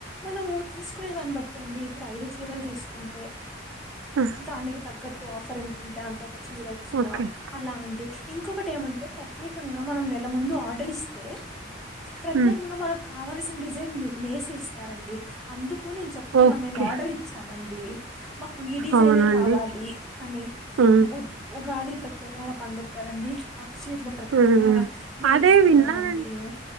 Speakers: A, in the centre; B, on the right.
A: మనము తీసుకునే దాన్ని బట్టి అండి ఇప్పుడు ఐదు చీరలు తీసుకుంటే
B: ఆ!
A: దానికి తగ్గట్టు ఆఫర్ ఎంతుంటే అంత ఒక చీర ఎక్సట్రా
B: ఓకే
A: అలా అండి ఇంకొక టేమంటే ప్రత్యేకంగా మనం నెల ముందు ఆర్డర్ ఇస్తే ప్రత్యేకంగా
B: హ్మ్.
A: మనకు కావలసిన డిజైన్ నే నేసిస్ తారండి అందుకు కు నేను చెప్తున్నా
B: ఓకే.
A: మేము ఆర్డర్ ఇచ్చామం డీ మాకు ఈ డిజైనే
B: అవునండి.
A: కావాలి అని
B: హ్మ్.
A: ఉ ఉగాది ప్రత్యేకమైన పండుగ కదండి చీరలు ప్రత్యేకంగా
B: ఆ
A: నేయిస్తున్నామండి
B: అదే విన్నాన